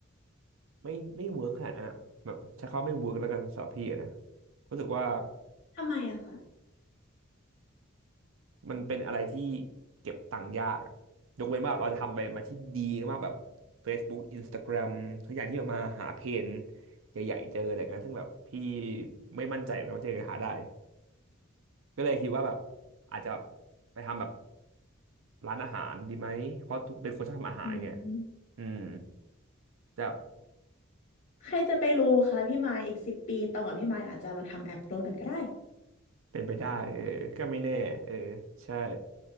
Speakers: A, on the right; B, on the left.
A: ไม่ไม่เวิร์กขนาดนั้นอะแบบใช้คำว่าไม่เวิร์กแล้วกันสำหรับพี่อะนะรู้สึกว่า
B: ทำไมอะคะ
A: มันเป็นอะไรที่เก็บตังค์ยากอะยกเว้นว่าเราจะทำอะไรมาที่ดีมากแบบ Facebook Instagram ทุกอย่างที่มันมาหาเพนใหญ่ๆเจออะไรเงี้ยซึ่งแบบพี่ไม่มั่นใจว่าจะหาได้ก็เลยคิดว่าแบบอาจจะไปทำแบบร้านอาหารดีไหมเพราะทุกเป็นคนชอบทำอาหารไง
B: อืม
A: อืมจะ
B: ใครจะไปรู้คะพี่หมายอีกสิบปีตองกับพี่หมายอาจจะมาทำแอปร่วมกันก็ได้
A: เป็นไปได้เออก็ไม่แน่เออใช่